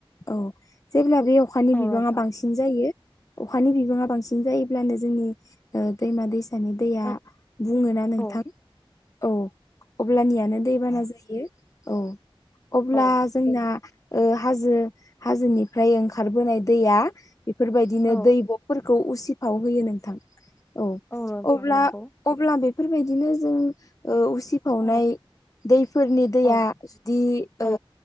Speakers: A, on the left; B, on the left.
A: औ जेब्ला बे अखानि
B: औ
A: बिबाङा
B: नोंथां
A: बांसिन जायो अखानि बिबाङा बांसिन जायोब्लानो जोंनि ओ दैमा दैसानि दैया
B: औ
A: बुङो ना नोंथां
B: औ
A: औ। अब्लानियानो दैबाना जायो औ। अब्ला
B: औ
A: जोंना ओ हाजो हाजोनिफ्राय ओंखारबोनाय दैया बेफोरबायदिनो
B: औ
A: दैब'फोरखौ उसिफाव होयो नोंथां औ
B: नोंथां
A: अब्ला
B: नंगौ
A: अब्ला बेफोरबायदिनो जों ओ उसिफावनाय
B: औ
A: दैफोरनि दैया
B: औ
A: दि ओ
B: औ